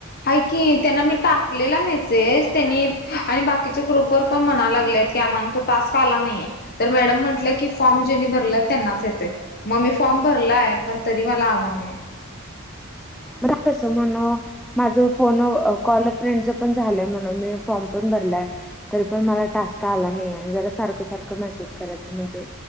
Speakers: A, on the left; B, in the centre.
A: हाय की, त्यांना मी टाकलेला मेसेज त्यांनी आणि बाकीच्या ग्रुपवर पण म्हणा लागलेय आम्हाला तो टास्क आला नाही, तर त्या मॅडम म्हणल्या की फ्रॉम ज्यांनी भरला त्यांनाच येतोय. फॉर्म भरलाय पण तरी मला आला नाही.
B: <unintelligible> तस म्हण, माझ फोन कॉल फ्रेंड पण झालं म्हण मी फॉर्म पण भरलाय तरी, पण मला टास्क आला नाही हाय सारखं सारखं मेसेज करायच म्हणजे